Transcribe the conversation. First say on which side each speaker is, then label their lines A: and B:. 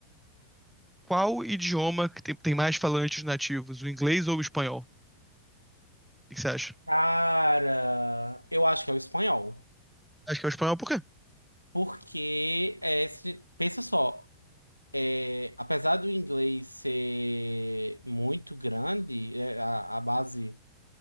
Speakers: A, in the centre; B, on the right (about 85°).
A: Qual idioma que tem, tem mais falantes nativos, o inglês ou o espanhol? O que que você acha?
B: Cara, eu acho que é o espanhol.
A: Acho que é o espanhol, por quê?
B: Porque, é, se- pensa só, é, apesar do inglês ser muito grande, é, a, a base,